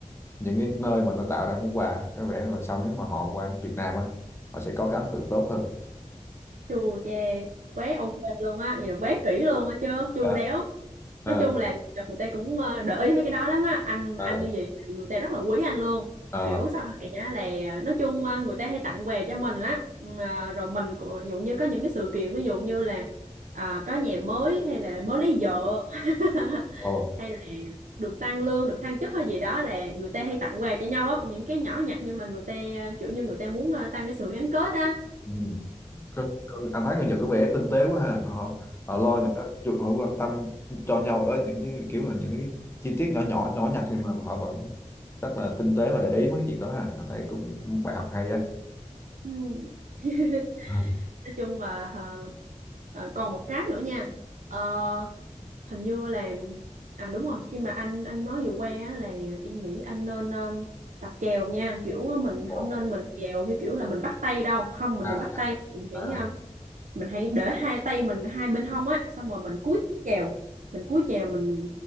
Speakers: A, on the left; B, on the right.
A: những cái nơi mà nó tạo ra món quà có vẻ lần sau nếu mà họ qua Việt Nam á họ sẽ có cái ấn tượng tốt hơn
B: chu che quá ok luôn á vậy là quá kỹ luôn á chứ chu
A: Ờ,
B: đéo
A: ờ
B: nói chung là người ta cũng ờ, để ý mấy cái đó lắm á anh anh
A: ờ
B: như vậy thì người ta rất là quý anh luôn
A: ờ
B: kiểu sau này á là ờ, nói chung ờ, người ta hay tặng quà cho mình lắm Mà rồi mình cũng ví dụ như có những cái sự kiện ví dụ như là à, có nhà mới hay là mới lấy vợ <laughs>
A: ồ
B: hay là được tăng lương được thăng chức hay gì đó là người ta hay tặng quà cho nhau á những cái nhỏ nhặt nhưng mà người ta kiểu như người ta muốn ờ, tăng cái sự gắn kết á
A: ừ. Có- có- anh thấy người Nhật có vẻ tinh tế quá ha họ họ lo
B: ừ
A: những cái chuyện- họ quan tâm cho nhau ở những như kiểu là những cái chi tiết nhỏ nhỏ nhỏ nhặt nhưng mà họ vẫn rất là tinh tế và để ý mấy cái chuyện đó ha anh thấy cũng, cũng bài học hay á
B: Ừ. <laughs>
A: ừ.
B: nói chung là ờ, ờ, còn một cái nữa nha Ờ, hình như là à đúng rồi khi mà anh anh mới vừa qua á, là em nghĩ anh nên um, tập chèo nha kiểu ờ, mình
A: Ồ,
B: không nên mình chèo theo kiểu là mình bắt tay đâu không mình
A: à,
B: đừng bắt tay mình chỉ
A: à,
B: um, mình hãy để hai tay mình hai bên hông á xong rồi mình cúi chèo mình cúi chèo mình